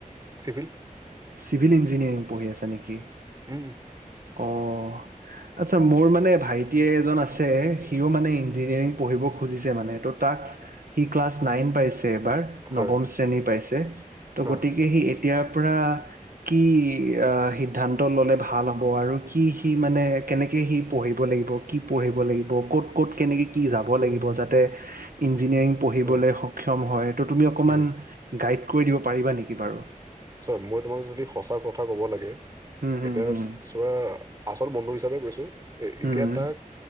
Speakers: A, on the right; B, on the right.
A: চিভিল
B: চিভিল ইঞ্জিনিয়াৰিং পঢ়ি আছা নেকি?
A: উম।
B: অ'। আচ্ছা মোৰ মানে ভাইটি এজন আছে সিও মানে ইঞ্জিনিয়াৰিং পঢ়িব খুজিছে মানে ত' তাক সি ক্লাচ নাইন পাইচে এইবাৰ,
A: হয়
B: নৱম শ্ৰেণী পাইছে,
A: হা
B: গতিকে এতিয়াৰ পৰা কি আহ সিদ্ধান্ত ললে ভাল হব। আৰু কি সি মানে কেনেকে সি পঢ়িব লিব কি পঢ় লাগিব ক'ত ক'ত কেনেকে কি যাব? হ'ব লাগিব যাতে ইঞ্জিনিয়াৰিং ইঞ্জিনিয়াৰিং পঢ়িবলৈ
A: হা
B: সক্ষ হয় ত তুমি অকমান
A: উম
B: গাইড কৰি দিব পাৰিবা নেকি বাৰু।
A: চোৱা মই তোমাক যদি সঁচা কথা ক'ব লাগে
B: হুম হুম
A: এতিয়া
B: হুম হুম
A: চোৱা আচল বন্ধু হিচাপে হিচাপে গৈছো এ
B: হুম
A: এতিয়া তাক